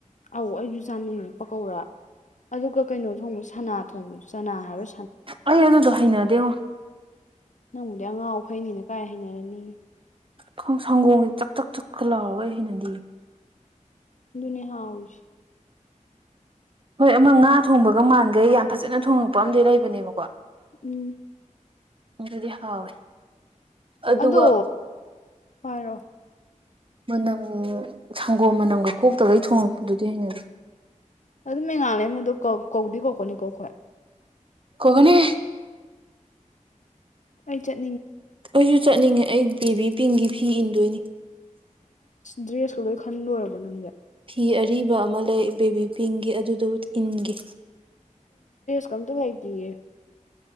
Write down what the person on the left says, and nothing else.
ꯑꯧ ꯑꯩꯁꯨ ꯆꯥꯅꯤꯡꯉꯦ ꯄꯀꯧꯔꯥ ꯑꯗꯨꯒ ꯀꯩꯅꯣ ꯊꯣꯡꯕ ꯁꯅꯥ ꯊꯣꯡꯕ ꯆꯅꯥ ꯍꯥꯏꯕꯔ
ꯅꯪꯕꯨꯗꯤ ꯑꯉꯥꯎ ꯐꯩꯅꯤꯅ ꯀꯥꯏ ꯍꯩꯅꯔꯅꯤ
ꯑꯗꯨꯅ ꯍꯥꯥꯎꯔꯤꯁꯦ
ꯎꯝ
ꯑꯗꯣ ꯐꯥꯏꯔꯣ
ꯑꯗꯨ ꯃꯉꯥꯂ ꯃꯗꯨ ꯀꯧꯗꯤ ꯀꯧꯔꯛꯀꯅꯤ ꯀꯣ ꯑꯩꯈꯣꯏ
ꯑꯩ ꯆꯠ
ꯗ꯭ꯔꯦꯁ ꯀ ꯂꯣꯏ ꯈꯟꯂꯣꯏꯔꯕꯣ ꯅꯪꯗꯤ
ꯀꯝꯗ ꯂꯩꯇꯌꯦ